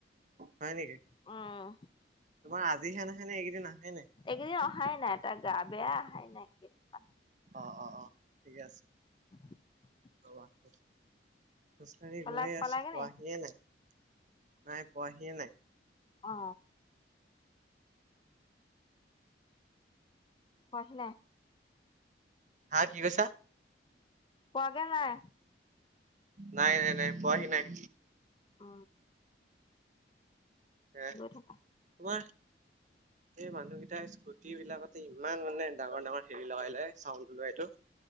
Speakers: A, on the right; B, on the left.
A: হয় নেকি?
B: উম
A: তোমাৰ আজিহে নাহে নে এইকেইদিন আহায়ে নাই?
B: এইকেইদিন অহাই নাই, তাৰ গা বেয়া আহাই নাই কেইদিনমান।
A: অ', অ', অ', ঠিকে আছে।
B: <inaudible>
A: তৱা, খোজকাঢ়ি
B: পালা
A: গৈয়ে
B: পালাগে
A: আছো পোৱাহিয়ে
B: নি
A: নাই-নাই পোৱাহিয়ে নাই।
B: অ অ আহিলে।
A: হা, কি কৈছা?
B: পুৱাগে নাই।
A: নাই-নাই-নাই পোৱাহি নাই।
B: অ।
A: এহ,
B: থকা
A: তোমাৰ। এই মানুহকেইটাই স্কুটি বিলাকতে ইমান মানে ডাঙৰ-ডাঙৰ হেৰি লগাই লয়। চাউণ্ড ওলোৱা এইটো।